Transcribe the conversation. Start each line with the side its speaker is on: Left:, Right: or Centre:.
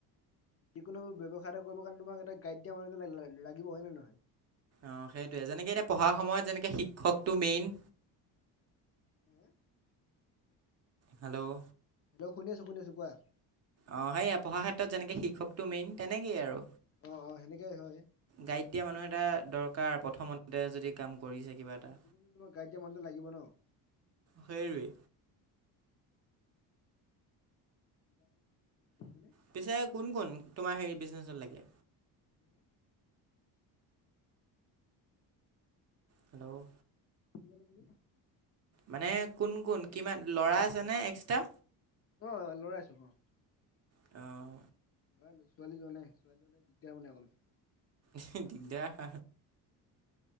Left: যিকোনো ব্যৱসায় এটা কৰিবৰ কাৰণে তোমাক এটা গাইড দিয়া মানহ লাগিব হয় নে নহয়।
Right: অহ সেইটোৱে যেনেকে এতিয়া পঢ়াৰ সময়ত যেনেকে শিক্ষকটো মেইন।
Left: হম
Right: হেল্ল'
Left: হেল্ল' শুনি আছো, শুনি আছো। কোৱা?
Right: অ সেইয়া পঢ়া ক্ষেত্ৰত যেনেকে শিক্ষকতটো মেইন তেনেকেই আৰু।
Left: অ অ সেনেকে হয়
Right: গাইড দিয়া মানুহ এটা দৰকাৰ প্ৰথমতে যদি কাম। কৰিছে কিবা এটা
Left: যিকোনো তোমাক গাইদ দিয়া মানুহ টো লাগিব ন।
Right: সেইটোৱে
Left: <unintelligible>
Right: পিছে কোন কোন তোমাৰ হেৰি বিজনেচত লাগে।
Left: <unintelligible>
Right: হেল্ল'
Left: কি ক'লে আপুনি
Right: মানে কোন কোন কিমান ল'ৰা আছেনে এক্সট্ৰা
Left: অ লৰাইছো অ
Right: তাও
Left: লৰা লৈছোঁ, ছোৱালী যোৱা নাই ছোৱালীওললে দিগদাৰ মানে অকম।
Right: দিগদাৰ